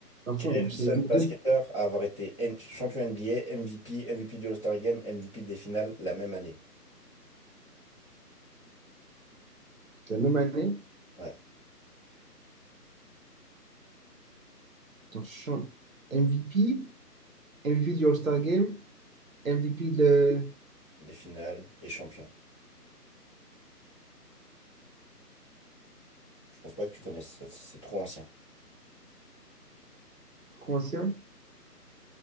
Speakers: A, on the right (about 55°); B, on the left (about 20°).
A: Enfin,
B: Quel est
A: c'est
B: le seul
A: les
B: basketteur
A: deux.
B: à avoir été N- champion NBA, MVP, MVP du All-Star Game, MVP des finales la même année?
A: C'est la même année.
B: Ouais,
A: Attends, je change. MVP, MVP du All-Star Game, MVP de
B: des finales et champion. Je pense pas que tu connaisses, ça, c'est trop ancien.
A: trop ancien.